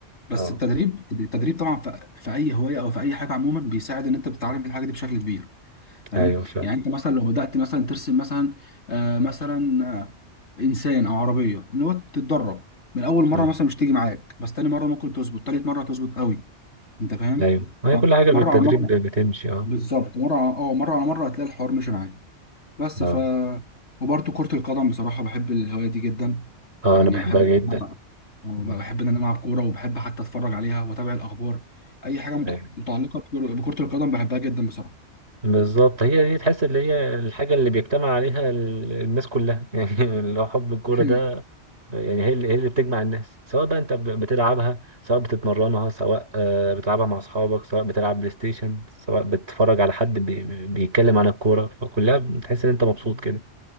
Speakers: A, on the left; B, on the right.
A: بس
B: اه
A: التدريب التدريب طبعا في في اي هوايه او في اي حاجه عموما بيساعد ان انت بتتعلم الحاجه دي بشكل كبير فاهم
B: ايوه فعلا
A: يعني انت مثلا لو بدات مثلا ترسم مثلا آه مثلا آه انسان او عربيه ان هو تتدرب من اول مره
B: مم.
A: مثلا مش تيجي معاك بس تاني مره ممكن تظبط تالت مره تظبط قوي انت فاهم
B: ايوه ما هي
A: فمره
B: كل حاجه بالتدريب
A: على مره
B: بتمشي اه
A: بالظبط مره على اه مره على مره هتلاقي الحوار مش معاك بس
B: اه
A: ف وبرده كره القدم بصراحه بحب الهوايه دي جدا
B: اه
A: يعني
B: انا بحبها
A: بحب
B: جدا
A: بحب
B: مم.
A: ان انا العب كوره وبحب حتى اتفرج عليها واتابع الاخبار اي حاجه مت-
B: ايوه
A: متعلقه بكره بكرة القدم بحبها جدا بصراحه
B: بالظبط هي دي تحس اللي هي الحاجة اللي بيجتمع عليها ال- الناس كلها <laughs> يعني لو حب الكورة
A: <laughs>
B: ده يعني هي اللي هي اللي بتجمع الناس سواء بقى انت ب- بتلعبها سواء بتتمرنها سواء آه، بتلعبها مع اصحابك سواء بتلعب بلاي ستيشن سواء بتتفرج على حد بي- بي- بيتكلم عن الكورة فكلها بتحس ان انت مبسوط كده